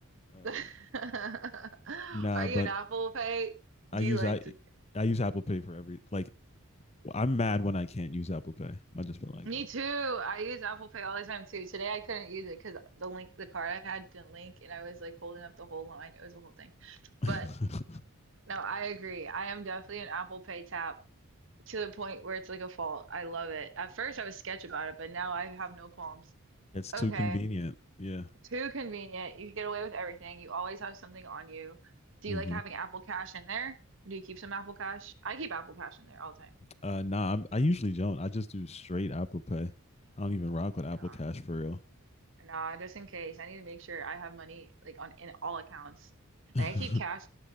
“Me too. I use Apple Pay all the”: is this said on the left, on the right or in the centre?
Right